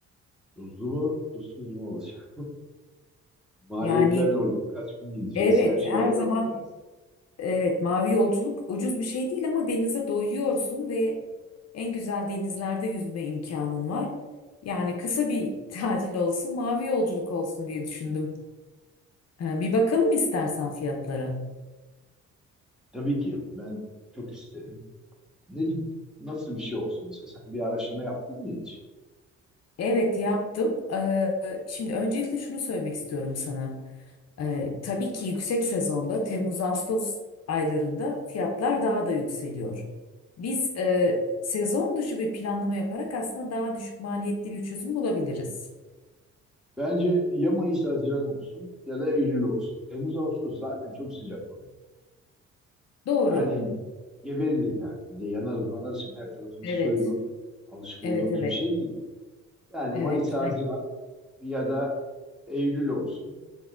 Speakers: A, in the centre; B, on the left (about 55°).
A: tuzlu mu tuzsuz mu olacak? Maliyetler
B: Yani
A: ne olacak? Kaç gün gideceğiz?
B: evet
A: Her şeyi
B: her
A: ayarlamak
B: zaman
A: lazım.
B: evet mavi yolculuk ucuz bir şey değil ama denize doyuyorsun ve en güzel denizlerde yüzme imkanın var. Yani kısa bir <laughs> tatil olsun, mavi yolculuk olsun diye düşündüm. Ee, bir bakalım istersen fiyatlara.
A: Tabii ki ben çok isterim. Ne, nasıl bir şey olsun? Mesela sen bir araştırma yaptın mı hiç?
B: Evet yaptım. Ee, şimdi öncelikle şunu söylemek istiyorum sana. Ee, tabii ki yüksek sezonda Temmuz-Ağustos aylarında fiyatlar daha da yükseliyor. Biz e, sezon dışı bir planlama yaparak aslında daha düşük maliyetli bir çözüm bulabiliriz.
A: Bence ya Mayıs Haziran olsun ya da Eylül olsun. Temmuz Ağustos zaten çok sıcak oluyor.
B: Doğru.
A: Yani gebeririz yani. Bir de yanarız manarız. Şimdi Her tarafımız
B: Evet.
A: soyulur. Alışık
B: Evet,
A: olduğumuz
B: evet.
A: bir şey değil. Yani
B: Evet.
A: Mayıs Haziran ya da Eylül olsun.